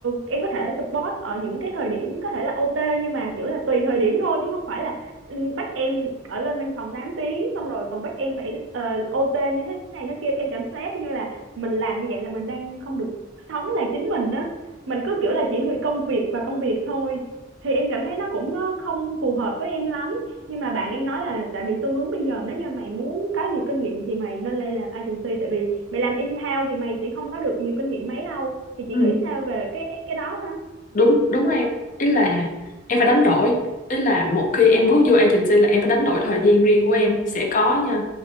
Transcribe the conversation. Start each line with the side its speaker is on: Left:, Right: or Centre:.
Right: em có thể support ở những cái thời điểm có thể là OT nhưng mà kiểu là tùy thời điểm thôi chứ không phải là ừ, bắt em ở lên văn phòng 8 tiếng xong rồi còn bắt em phải ờ, OT như thế này thế kia em cảm giác như là mình làm như vậy là mình đang không được sống là chính mình á mình cứ kiểu là chỉ vì công việc và công việc thôi thì em cảm thấy nó cũng ờ, không phù hợp với em lắm nhưng mà bạn em nói là tại vì xu hướng bây giờ nếu như mày muốn có nhiều kinh nghiệm thì mày nên lên làm agency tại vì mày làm in-house thì mày sẽ không có được nhiều kinh nghiệm mấy đâu thì chị
Left: ừ
Right: nghĩ sao về cái cái đó ha
Left: đúng đúng em ý là em phải đánh đổi ý là một khi
Right: dạ
Left: em bước vô agency là em phải đánh đổi thời gian riêng của em sẽ có nha